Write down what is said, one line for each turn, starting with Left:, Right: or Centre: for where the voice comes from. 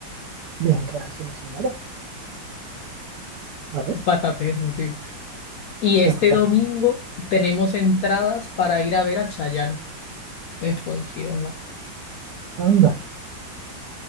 Right: Bien, quedarse la señora. Claro,
Left: Pata perro, tío. Y este
Right: que va para
Left: domingo
Right: mí.
Left: tenemos entradas para ir a ver a Chayanne. que fue en Girona.
Right: Anda.